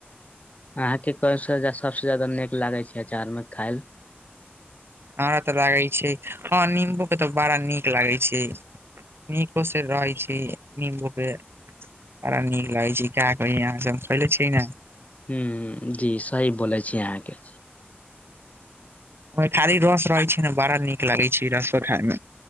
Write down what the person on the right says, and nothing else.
हमरा तऽ लागे छै हँ नंबू के तऽ बड़ा नीक लागे छै निकोसे रइ छी निबूके बरा नीक लागै छै का कही आहाँकेँ खैले छै न
ओ खाली रस रहै छै न बड़ा नीक लागे छै रसो खाय मे